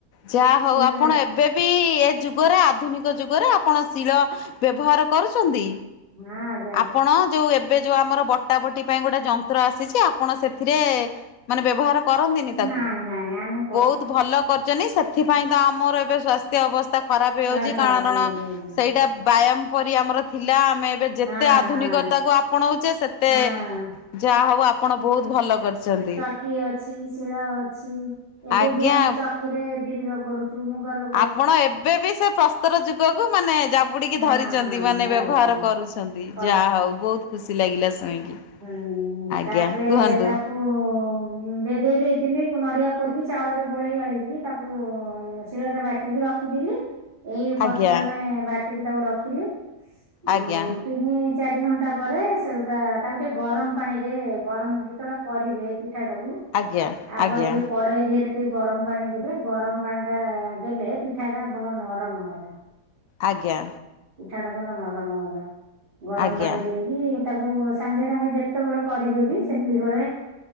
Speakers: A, on the left; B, on the right.
A: ଯାହା ହଉ
B: ଶିଳରେ
A: ଆପଣ ଏବ୍ ଏବେ ବି ଏ ଯୁଗରେ ଆଧୁନିକ ଯୁଗରେ ଆପଣ ଶିଳ ବ୍ୟବହାର କରୁଚନ୍ତି।
B: ହଁ ଆଜ୍ଞା।
A: ଆପଣ ଯୋଉ ଏବେ ଯୋଉ ଆମର ବଟାବଟି ପାଇଁ ଗୋଟେ ଯନ୍ତ୍ର ଆସିଛି। ଆପଣ ସେଥିରେ ମାନେ ବ୍ୟବହାର କରନ୍ତିନି ତାକୁ।
B: ନାଇଁ ନାଇଁ ଆଣୁ
A: ବହୁତ ଭଲ କରିଚନ୍ତି। ସେଥିପାଇଁ ତ ଆମର ଏବେ ସ୍ୱାସ୍ ସ୍ୱାସ୍ଥ୍ୟ ଅବସ୍ଥା ଖରାପ ହେଇଯାଉଚି।
B: କାହା ଖରାପ
A: କାରଣ
B: ହେଇଯାଉଛି
A: ସେଇଟା ବ୍ୟାୟାମ ପରି ଆମର ଥିଲା। ଆମେ ଏବେ ଯେତେ
B: ହଁ
A: ଆଧୁନିକତାକୁୁ
B: ହଁ
A: ଆପଣଉଚେ ସେତେ
B: ହଁ
A: ଯାହା ହଉ ଆପଣ ବହୁତ ଭଲ କରିଚନ୍ତି।
B: ଧିଙ୍କି ଅଛି ଶିଳ ଅଛି ଏବେ
A: ଆଜ୍ଞା।
B: ବି ଆମେ ଚକିରେ ବିରି ରଗଡୁଚୁ ମୁଗ ର
A: ଆପଣ ଏବେ ବି ସେ ପ୍ରସ୍ତର ଯୁଗକୁ ମାନେ ଜା ଜାବୁଡ଼ି କି
B: ହଁ
A: ଧରିଚନ୍ତି
B: ହଁ
A: ମାନେ
B: ଧରିଛନ୍ତି
A: ବ୍ୟବହାର କରୁଛନ୍ତି।
B: କରୁଛନ୍ତି
A: ଯାହା ହଉ ବହୁତ ଖୁସି ଲାଗିଲା ଶୁଣିକି।
B: ହୁଁ
A: ଆଜ୍ଞା
B: ତାପରେ
A: କୁହନ୍ତୁ।
B: ତାକୁ ହୁଁ ଭେଦେଇ ଦେଇଥିଲି ନଡ଼ିଆ କୋରିକି ଚାଉଳରେ ଗୋଳେଇ ଗାଳିକି ତାକୁ ଉଁ ଶିଳରେ ବାଟିକି ରଖ୍ ରଖିଥିଲି। ଏଇ ବର୍ତ୍ତମାନ
A: ଆଜ୍ଞା
B: ବାଟିକି ତାକୁ ରଖିଲି। ଉଁ
A: ଆଜ୍ଞା
B: ତିନି ଚାରି ଘଣ୍ଟା ପରେ ସେଗୁଡା ତାକୁ ଟିକେ ଗରମ ପାଣିରେ ଗରମ ଯେତେବେଳେ କରିବେ ପିଠାଟାକୁ
A: ଆଜ୍ଞା
B: ଆଗ
A: ଆଜ୍ଞା
B: ଟିକେ କ କଡ଼େଇ ଦିହରେ ଟିକେ ଗରମ ପାଣି ଦେବେ। ଗରମ ପାଣିଟା ଦେଲେ ପିଠାଟା ଭଲ ନରମ ହେବ।
A: ଆଜ୍ଞା
B: ପିଠାଟା ଭଲ ନରମ ହବ। ଗରମ
A: ଆଜ୍ଞା
B: ପାଣି ଦେଇ ଦେଇକି ତାକୁ ସାଙ୍ଗେ ସାଙ୍ଗେ ଯେତେବେଳେ କରିବେ ବି ସେତିକି ବେଳେ